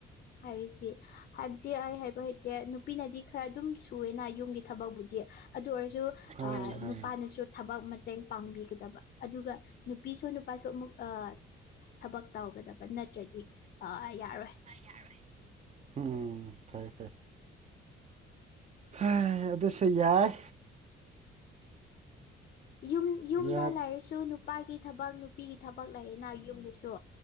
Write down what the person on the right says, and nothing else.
ꯍꯣꯏ
ꯍꯣꯏ
ꯌꯥꯔꯣꯢ ꯎꯝ ꯐꯩ ꯐꯩ ꯍꯥꯢ ꯑꯗꯨꯁꯨ ꯌꯥꯏ
ꯌꯥ